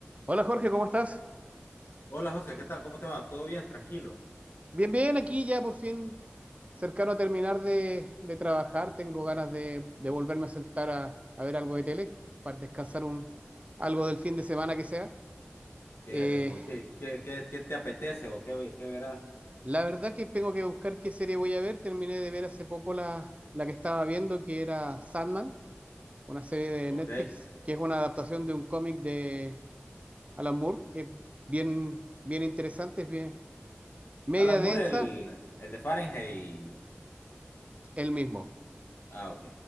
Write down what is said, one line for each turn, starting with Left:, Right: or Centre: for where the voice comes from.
Right: Hola Jorge, ¿cómo estás?
Left: Hola José, ¿qué tal? ¿Cómo te va? ¿Todo bien? Tranquilo.
Right: Bien, bien, aquí ya por fin cercano a terminar de, de trabajar. Tengo ganas de, de volverme a sentar a, a ver algo de tele para descansar un, algo del fin de semana que sea.
Left: Qué
Right: Eh,
Left: rico. ¿Y qué, qué, qué, qué te apetece o qué, qué verás?
Right: la verdad que tengo que buscar qué serie voy a ver. Terminé de ver hace poco la, la que estaba viendo, que era Sandman, una serie de
Left: Ok.
Right: Netflix, que es una adaptación de un cómic de Alan Moore, que es bien, bien interesante, es bien media
Left: Alan
Right: densa,
Left: Moore, el, el de Fahrenheit.
Right: el mismo.
Left: Ah, ok.